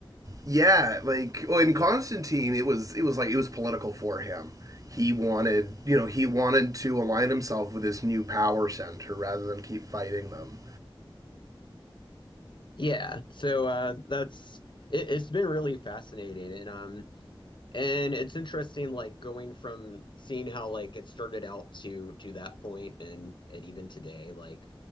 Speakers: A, on the right; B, on the left.
A: Yeah, like well, in Constantine, it was it was like it was political for him. He wanted, you know, he wanted to align himself with this new power center rather than keep fighting them.
B: Yeah, so uh that's it, it's been really fascinating, and um And it's interesting, like going from seeing how like it started out to to that point and and even today, like